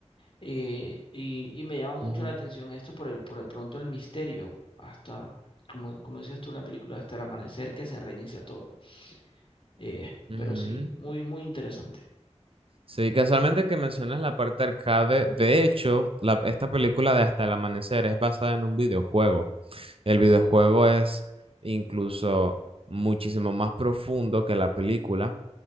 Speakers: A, on the left; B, on the right.
A: Eh, y, y me llama mucho
B: Ujú,
A: la atención esto por el, por de pronto el misterio hasta, como, como dices tú en la película, hasta el amanecer que se reinicia todo. Eh,
B: ujú.
A: pero sí, muy, muy interesante.
B: Sí, casualmente que mencionas la parte arcade, de hecho, la- esta película de Hasta el Amanecer es basada en un videojuego. El videojuego es incluso muchísimo más profundo que la película,